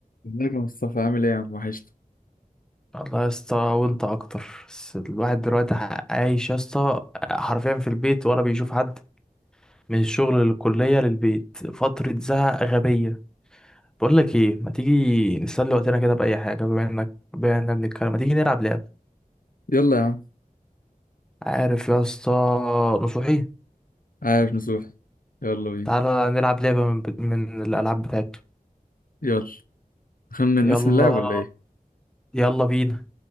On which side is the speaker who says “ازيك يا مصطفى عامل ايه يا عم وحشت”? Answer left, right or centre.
Left